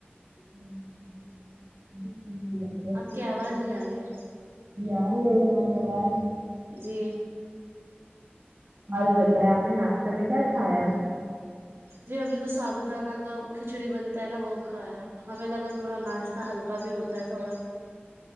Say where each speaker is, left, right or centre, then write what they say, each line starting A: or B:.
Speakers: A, on the right; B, on the right.
A: <unintelligible> جی بالکل،
B: آپ
A: بالکل۔
B: کی آواز نہیں آ رہی ہے
A: جی آرہی اب ہماری آواز
B: جی
A: اور بتایے آپ نے ناشتہ میں کیا کھایا
B: جی ہم نے تو سابو دانہ کا کھچڑی بنتا ہے نا وہ کھایا ہمیں لگا کہ با ناشتہ ہلکا بھی ہو تا ہے تھوڑا